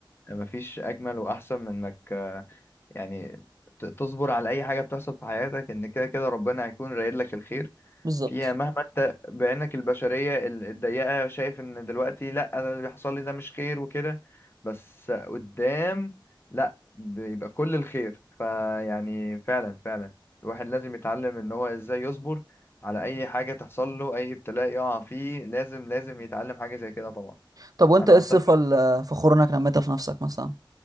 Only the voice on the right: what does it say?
بالظبط
طب وانت
ايه الصفه
اللي فخور انك نميتها في نفسك مثلا